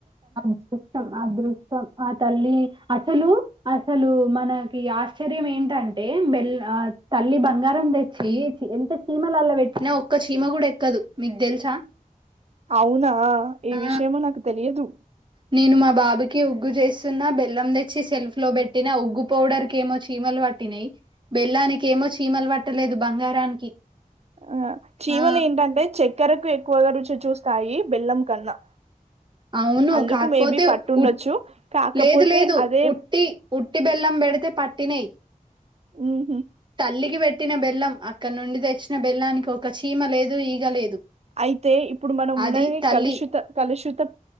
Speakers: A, on the right; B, on the right.
A: అదృష్టం అదృష్టం ఆ తల్లి అసలు అసలు మనకి ఆశ్చర్యం ఏంటంటే బెల్ తల్లి బంగారం తెచ్చి ఎంత చీమలల్ల పెట్టినా ఒక్క చీమ కూడా ఎక్కదు మీకు తెలుసా
B: అవునా ఈ
A: ఆ
B: విషయమో నాకు తెలియదు
A: నేను మా బాబుకి ఉగ్గు చేస్తున్న బెల్లం తెచ్చి షెల్ఫ్ లో పెట్టినా ఉగ్గు పౌడర్ క ఏమో చీమలు పట్టినాయి బెల్లానికి ఏమో చీమలు పట్టలేదు బంగారానికి
B: ఆ చీమలు
A: ఆ
B: ఏంటంటే చక్కెరకు ఎక్కువగా రుచి చూస్తాయి బెల్లం కన్నా
A: అవును
B: అందుకు
A: కాకపోతే
B: మేబీ పట్టుండొచ్చు
A: ఉట్
B: కాకపోతే
A: లేదు లేదు
B: అదే
A: ఉట్టి ఉట్టి బెల్లం పెడితే పట్టినయి
B: ఉహూ
A: తల్లికి పెట్టిన బెల్లం అక్కడ నుండి తెచ్చిన బెల్లానికి ఒక చీమ లేదు ఈగ లేదు
B: అయితే ఇప్పుడు మనం
A: అది
B: ఉన్నది
A: తల్లి
B: కలుషిత కలుషిత